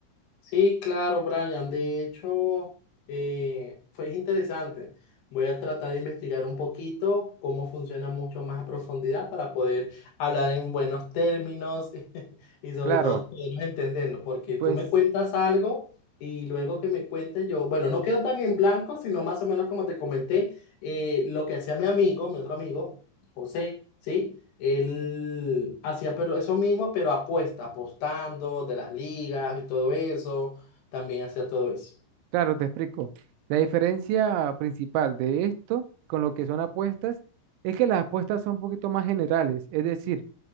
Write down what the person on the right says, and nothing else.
Claro,
pues
claro, te explico. La diferencia principal de esto con lo que son apuestas es que las apuestas son un poquito más generales, es decir,